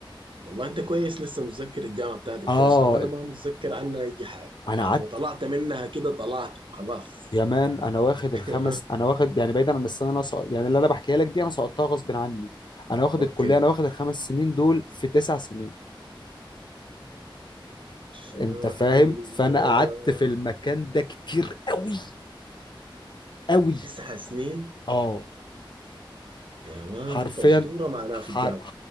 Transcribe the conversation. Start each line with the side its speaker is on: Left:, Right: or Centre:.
Right: والله انت كويس لسه متذكر الجامعه بتاعتك
Left: اه
Right: فيها شنو انا ما متذكر عنها اي حاجه
Left: انا
Right: بعد
Left: قعدت
Right: ما طلعت منها كده طلعت خلاص
Left: يا مان انا واخد الخمس
Right: <laughs>
Left: انا واخد يعني بعيدا عن السنه اللي انا سقط يعني اللي انا بحكيها لك دي انا سقطتها غصب عني انا واخد
Right: اوكي
Left: الكليه انا واخد الخمس سنين دول في تسع سنين
Right: لا
Left: انت فاهم
Right: حول
Left: فانا
Right: الله
Left: قعدت في المكان ده كتير قوي قوي
Right: تسع سنين
Left: اه
Right: يا مان
Left: حرفيا
Right: انت اسطوره معناها
Left: حر...
Right: في الجامعه